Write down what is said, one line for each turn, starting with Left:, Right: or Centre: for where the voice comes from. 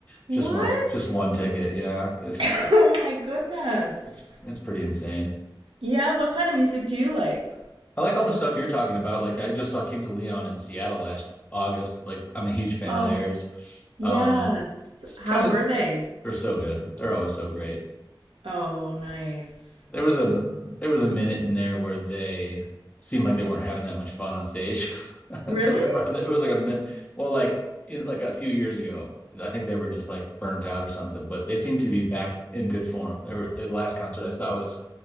Right: What?
Left: just one just one ticket. Yeah. <laughs> It's
Right: <laughs> Oh my goodness.
Left: it's it's pretty insane.
Right: Yeah, what kind of music do you like?
Left: I like all the stuff you're talking about. Like I just saw Kings of Leon in Seattle last August. Like I'm a huge fan
Right: Oh.
Left: of theirs.
Right: Yes.
Left: Um, it's
Right: How
Left: kind
Right: were
Left: of this,
Right: they?
Left: they're so good. They're always so great.
Right: Oh, nice.
Left: There was a there was a minute in there where they seemed like they weren't having that much fun on stage. <laughs>
Right: Really?
Left: Like
Right: <laughs>
Left: around the, it was like a minute. Well, like in, like a few years ago, I think they were just like burnt out or something. But they seem to be back in good form. They were the last concert I saw was